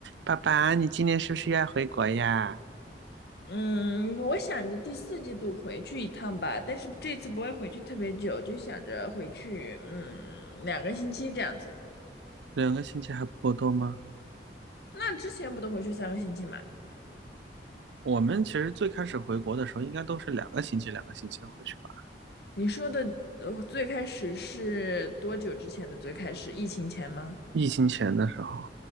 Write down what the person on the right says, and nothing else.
爸爸，你今年是不是要回国呀？
两个星期还不够多吗？
我们其实最开始回国的时候，应该都是两个星期、两个星期回去吧。
疫情前的时候，